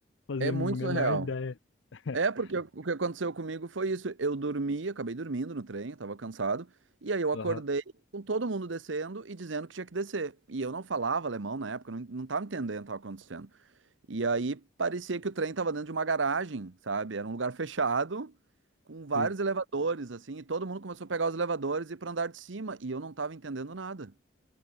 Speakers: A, on the left; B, on the right.
A: Fazia
B: É
A: a
B: muito
A: menor
B: surreal.
A: ideia. <laughs>
B: É, porque o que aconteceu comigo foi isso. Eu dormi, acabei dormindo no trem, eu tava cansado. E aí eu acordei
A: Aham,
B: com todo mundo descendo e dizendo que tinha que descer. E eu não falava alemão na época, não, não tava entendendo o que tava acontecendo. E aí parecia que o trem tava dentro de uma garagem, sabe? Era um lugar fechado, com vários
A: sim,
B: elevadores, assim. E todo mundo começou a pegar os elevadores e ir pra andar de cima. E eu não tava entendendo nada.